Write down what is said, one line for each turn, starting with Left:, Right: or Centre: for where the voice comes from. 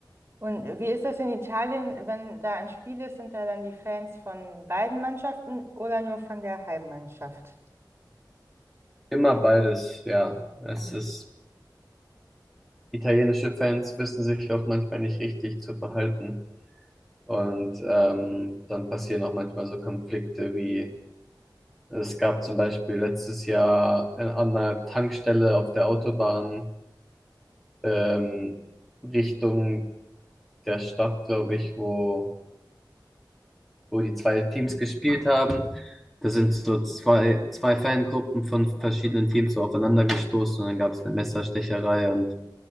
Right: Und wie ist das in Italien, wenn da ein Spiel ist, sind da dann die Fans von beiden Mannschaften oder nur von der Heimmannschaft?
Centre: Immer beides, ja. Es
Right: Mhm.
Centre: ist, italienische Fans wissen sich auch manchmal nicht richtig zu verhalten. Und ähm, dann passieren auch manchmal so Konflikte wie, es gab zum Beispiel letztes Jahr äh, an einer Tankstelle auf der Autobahn ähm, Richtung der Stadt, glaube ich, wo wo die zwei Teams gespielt haben. Da sind so zwei, zwei Fangruppen von verschiedenen Teams so aufeinander gestoßen und dann gab es eine Messerstecherei und,